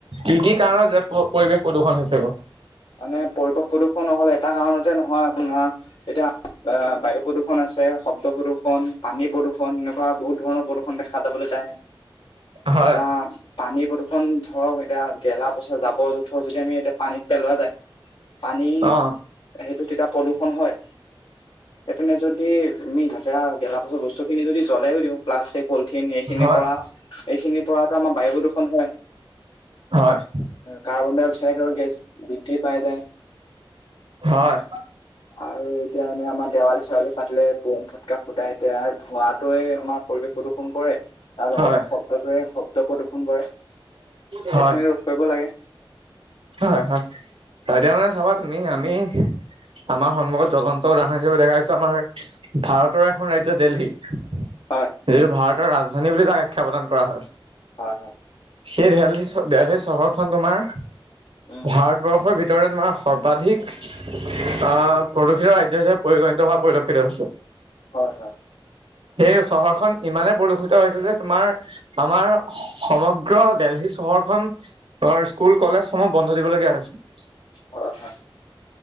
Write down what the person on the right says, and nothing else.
য কি কাৰণত যে পৰিৱেশ প্ৰদূষণ হৈছে ব
হয়
অ
হয়
হয়
হয়
হয়
হয়
হয় হয় এতিয়া মানে চাবা ত নি আম আমাৰ সন্মুখত জ্বলন্ত উদাহৰণ হিচাপে দেখাাইছো আমাৰ ভাৰতৰ এখন ৰাজ্য দেল্হী যিেতটো
ভাৰতৰ ৰাজধানী বুলি তাক আখ্যা প্ৰদান কৰা হয়
সেই দি চহৰখনন তোমাৰ
ভাৰতবৰ্ষৰ ভিত ভোমাৰ সৰ্বাধিক আহ প্ৰদূষিত ৰাজ্য হিচাপে পৰিগণিত হোৱা পৰিলক্ষিত হৈছে
সেই চহৰখন ইমানে প্ৰদূষিত হৈছে যে তোমাৰ আমাৰ সমগ্ৰ দেলহি চহৰ অ স্কুল কলেজসমূহ বন্ধ দিবলগীয়া হৈছিল